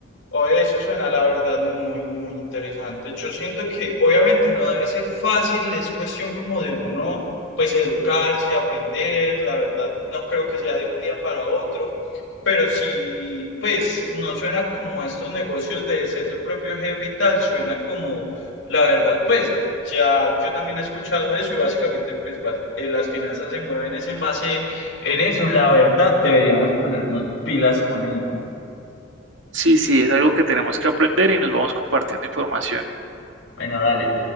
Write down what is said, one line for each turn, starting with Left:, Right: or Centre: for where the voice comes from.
Left: Oye, eso suena la verdad muy, muy interesante. Yo siento que obviamente no debe ser fácil, es cuestión como de uno, pues educarse, aprender, la verdad no creo que sea de un día para otro, pero sí, pues no suena como a estos negocios de ser tu propio jefe y tal, suena como, la verdad, pues ya yo también he escuchado eso y básicamente pues bas- eh, las finanzas se mueven es en base en eso, la verdad deberíamos ponernos pilas con eso.
Right: Sí, sí, es algo que tenemos que aprender y nos vamos compartiendo información.
Left: Bueno, dale.